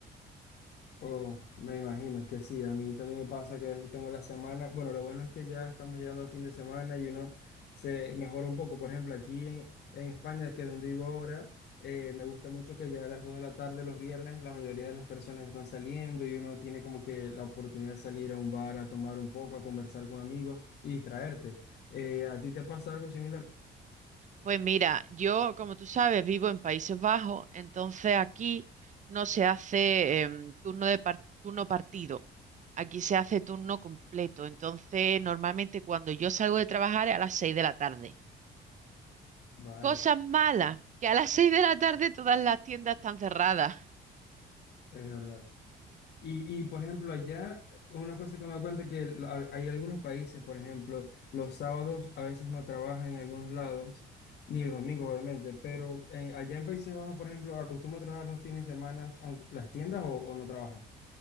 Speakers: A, on the left; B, on the right.
A: Oh, me imagino, es que sí, a mí también me pasa que a veces tengo la semana, bueno, lo bueno es que ya estamos llegando al fin de semana y uno se mejora un poco, por ejemplo, aquí en, en España, que es donde vivo ahora, eh, me gusta mucho que ya a las 2 de la tarde los viernes la mayoría de las personas ya están saliendo y uno tiene como que la oportunidad de salir a un bar, a tomar un poco, a conversar con amigos y distraerte. Eh, ¿a ti te pasa algo similar?
B: Pues mira, yo, como tú sabes, vivo en Países Bajos, entonces aquí no se hace em, turno de par- turno partido. Aquí se hace turno completo. Entonces, normalmente cuando yo salgo de trabajar es a las 6 de la tarde.
A: Vale,
B: Cosas malas, que a las 6 de la tarde todas las tiendas están cerradas.
A: es verdad. Y, y, por ejemplo, allá, una cosa que me doy cuenta es que lo- hay hay algunos países, por ejemplo, los sábados a veces no trabajan en algunos lados, ni los domingos, obviamente, pero eh, allá en Países Bajos, por ejemplo, acostumbran a trabajar los fines de semana, aunque las tiendas o, o no trabajan.